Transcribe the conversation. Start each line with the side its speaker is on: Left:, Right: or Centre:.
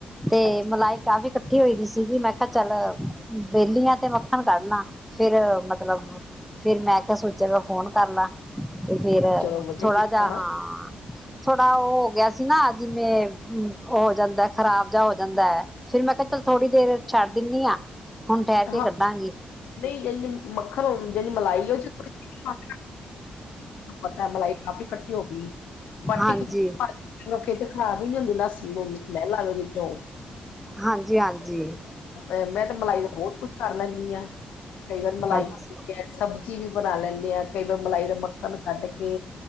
Centre: ਤੇ
Left: ਅੱਛਾ
Centre: ਮਲਾਈ ਕਾਫ਼ੀ ਕੱਠੀ ਹੋਈ ਦੀ ਸੀਗੀ, ਮੈਂ ਕਿਆ ਚੱਲ ਵੇਲੀ ਆਂ ਤੇ ਮੱਖਣ ਕੱਢ ਲਾ, ਫੇਰ ਮਤਲਬ ਫਿਰ ਮੈਂ ਕਿਆ ਸੋਚੇ ਗਾ ਫੋਨ ਕਰ ਲਾਂ, ਤੇ ਫੇਰ
Left: ਚਲੋ ਵਧੀਆ
Centre: ਥੋੜਾ
Left: ਕੀਤਾ
Centre: ਜਾ ਹਾਂ। ਥੋੜਾ ਓਹ ਹੋ ਗਿਆ ਸੀ ਨਾ, ਜਿਵੇਂ ਓਹ ਹੋ ਜਾਂਦੈ ਖ਼ਰਾਬ ਜਾ ਹੋ ਜਾਂਦੈ। ਫਿਰ ਮੈਂ ਕਿਆ ਚਲ ਥੋੜੀ ਦੇਰ ਛੱਡ ਦਿਣੀ ਆਂ ਹੁਣ ਠੈਰ ਕੇ
Left: ਹਾਂ
Centre: ਕੱਢਾਂਗੀ।
Left: ਨਹੀਂ ਜੇੰਜ ਮੱਖਣ ਹੋਣ ਜਨੀ ਮਲਾਈ ਓਦੇ ਚ ਪਤੈ ਮਲਾਈ ਕਾਫ਼ੀ ਕੱਠੀ ਹੋ ਗੀ‌। ਬਾਟੀ
Centre: ਹਾਂਜੀ।
Left: ਕੁ ਫੇਰ ਤੇ ਖਰਾਬ ਹੀ ਨੀ ਹੁੰਦੀ ਨਾ ਸਮੈਲ ਆ ਜਾਂਦੀ ਉਹਦੇ ਚੋਂ।
Centre: ਹਾਂਜੀ, ਹਾਂਜੀ।
Left: ਐ ਮੈਂ ਤੇ ਮਲਾਈ ਦਾ ਬੌਤ ਕੁਛ ਕਰ ਲੈਂਣੀ ਆਂ। ਕਈ ਵਾਰ ਮਲਾਈ
Centre: ਅੱਛਾ
Left: ਨਾ ਸਬਜ਼ੀ ਵੀ ਬਣਾ ਲੈਂਦੇ ਆਂ ਕਈ ਵਾਰ ਮਲਾਈ ਦਾ ਮੱਖਣ ਕੱਢ ਕੇ।